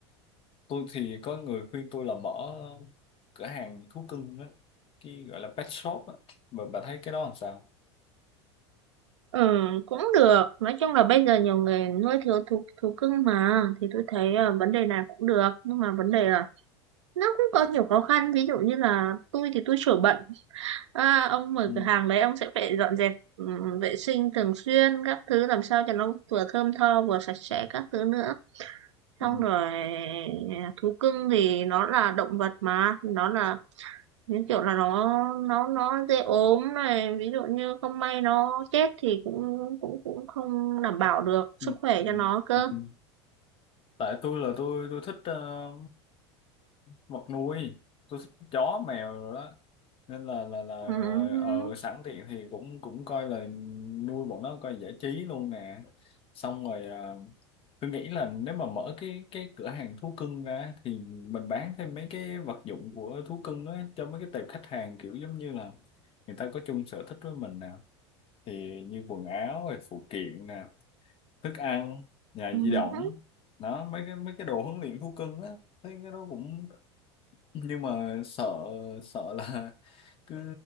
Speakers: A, on the left (about 40°); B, on the right (about 80°).
A: tôi thì có người khuyên tôi là mở cửa hàng thú cưng á cái gọi là pet shop á mà bà thấy cái đó làm sao
B: Ừ, cũng được. Nói chung là bây giờ nhiều người nuôi thiếu thú thú cưng mà thì tôi thấy ờ, vấn đề này cũng được nhưng mà vấn đề là nó cũng có nhiều khó khăn ví dụ như là tôi thì tôi sửa bận À, ông mở
A: Ừ.
B: cửa hàng đấy ông sẽ phải dọn dẹp ừm, vệ sinh thường xuyên các thứ làm sao cho nó vừa thơm tho vừa sạch sẽ các thứ nữa
A: Ừ.
B: xong rồi à, thú cưng thì nó là động vật mà nó là những kiểu là nó nó nó dễ ốm này ví dụ như không may nó chết thì cũng cũng cũng không đảm bảo được sức
A: Ừ.
B: khỏe cho nó cơ
A: ừ, ừ. tại tôi là tôi tôi thích ờ, vật nuôi tôi thích chó mèo rồi đó nên là là là
B: Ừm,
A: ờ ờ, sẵn tiện thì cũng cũng coi là nuôi bọn nó coi giải trí luôn nè xong rồi ờ, tôi nghĩ là nếu mà mở cái cái cửa hàng thú cưng ra thì mình bán thêm mấy cái vật dụng của thú cưng á cho mấy cái tệp khách hàng kiểu giống như là người ta có chung sở thích với mình nè thì như quần áo rồi phụ kiện nè thức ăn nhà
B: ừm.
A: di động đó mấy cái mấy cái đồ huấn luyện thú cưng á thấy cái đó cũng nhưng mà sợ sợ là <laughs> cứ